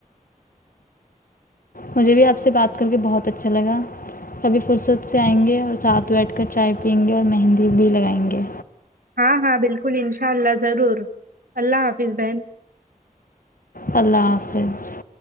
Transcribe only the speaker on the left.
مجھے بھی آپ سے بات کر کے بہت اچھا لگا کبھی فرصت سے آئیں گے اور ساتھ میں بیٹھ کر چائے پئیں گے اور مہندی بھی لگائیں گے
اللہ حافظ